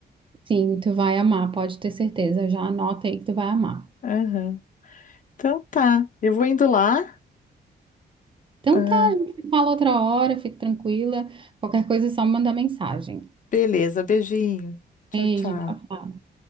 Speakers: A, on the right; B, on the left.
A: Sim, tu vai amar, pode ter certeza. Já anota aí que tu vai amar.
B: Aham. Então tá, eu vou indo lá.
A: Então
B: Ah,
A: tá, a gente fala outra hora, fique tranquila. Qualquer coisa é só me mandar mensagem.
B: beleza, beijinho. Tchau,
A: Beijo,
B: tchau.
A: tchau, tchau.